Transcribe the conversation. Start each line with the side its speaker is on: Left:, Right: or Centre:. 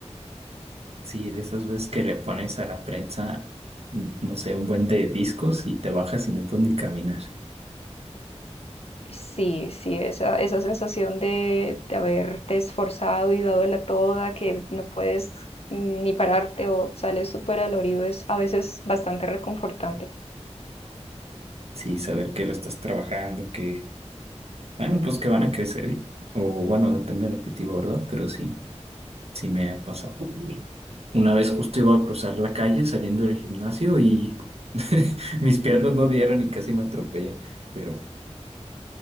Right: Sí, de esas veces que le pones a la prensa, no sé, un buen de discos y te bajas y no puedes ni caminar.
Left: Sí, sí, esa, esa sensación de, de haberte esforzado y dado la toda, que no puedes mm, ni pararte o sales súper dolorido es a veces bastante reconfortante.
Right: Sí, saber que lo estás trabajando, que, bueno, pues que van a crecer, o bueno, depende del objetivo, ¿verdad? Pero sí, sí me ha pasado. Una vez justo iba a cruzar la calle saliendo del gimnasio y <laughs> mis piernas no dieron y casi me atropellan, pero,